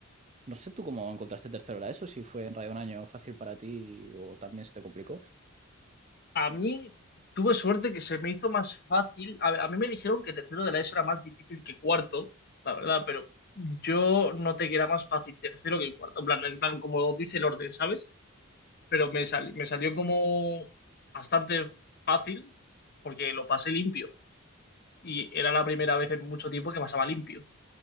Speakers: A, on the right (about 30°); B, on the left (about 50°).
A: No sé tú cómo encontraste tercero la ESO, si fue en realidad un año fácil para ti o también se te complicó.
B: A mí tuve suerte que se me hizo más fácil. A, a mí me dijeron que tercero de la ESO era más difícil que cuarto, la verdad, pero yo noté que era más fácil tercero que cuarto. En plan, en plan, como dice el orden, ¿sabes? pero me, sal- me salió como bastante fácil porque lo pasé limpio y era la primera vez en mucho tiempo que pasaba limpio.